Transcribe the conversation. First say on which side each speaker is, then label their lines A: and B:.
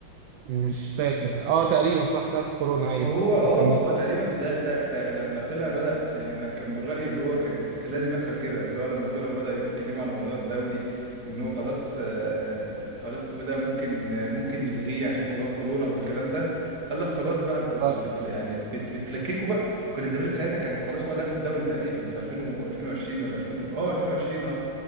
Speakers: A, on the right; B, on the right.
A: مش فاكر اه تقريبا صح ساعه الكورونا ايوه
B: فهو اه
A: ما كملنا
B: فهو تقريبا ده ده ده لما طلع بدأ يعني انا كان من رأيي اللي هو كان كان لازم يحصل كده اللي هو لما طلعوا بدأوا يتكلموا على موضوع الدوري وان هو خلاص آه، خلاص اسمه إيه ده ممكن آه، ممكن نلغيه عشان موضوع كورونا والكلام ده قال لك خلاص بقى انتوا بت
A: آه.
B: بت- يعني بت بتلككوا بقى كان الزمالك ساعتها كان خلاص هو اللي هياخد الدوري تقريبا في 2000 و 2020 ولا 2000 و- اه 2020 اه